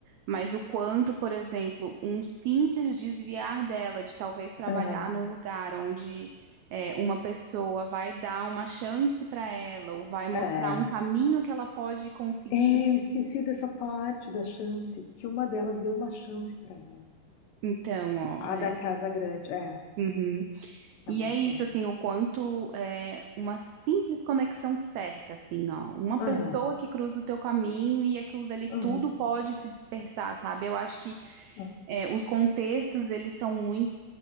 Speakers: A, on the right; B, on the left.
A: mas o quanto, por exemplo, um simples desviar dela de talvez trabalhar
B: aham.
A: num lugar onde é, uma pessoa vai dar uma chance para ela ou vai mostrar
B: É.
A: um caminho que ela pode conseguir.
B: É, eu esqueci dessa parte da chance, que uma delas deu uma chance para ela.
A: Então, ó,
B: A
A: é.
B: da casa grande, é,
A: uhum.
B: da
A: E
B: mansão.
A: é isso, assim, o quanto é uma simples conexão certa, assim, ó, uma
B: Aham,
A: pessoa que cruza o teu caminho e aquilo dali
B: aham,
A: tudo pode se dispersar, sabe? Eu acho que
B: aham,
A: é, os contextos, eles são muito